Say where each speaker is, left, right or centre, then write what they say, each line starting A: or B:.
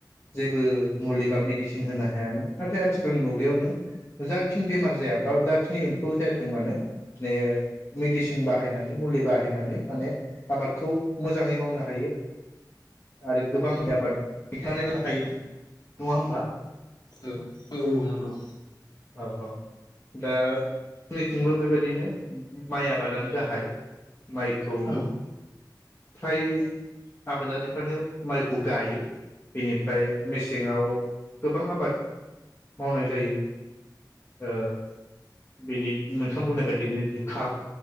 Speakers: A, on the left (about 35°); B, on the left (about 65°).
A: जेबो मुलि बा मेडिसिन होनो हायामोन नाथाय आथिखालनि मुगायाव नों जाखिनि बेमार जाया बा जाखिनि एम्फौ जायाथों मानो ने मेडिसिन बाहायनानै मुलि बाहायनानै माने आबादखौ मोजाङै मावनो हायो। आरो
B: औ
A: गोबां आबाद। <unintelligible> हायो नङा होमबा?
B: औ औ औ नंगौ।
A: औ औ दा नैथिंबो बेबायदिनो माइ आबादानो गाहाय। माइखौ।
B: औ
A: फ्राय। आबादारिफ्रानो माइखौ गायो बेनिफ्राय मेसेंआव गोबां आबाद मावनाय जायो ओ-बेनि नोंथां बुंनाय बायदिनो जुखाम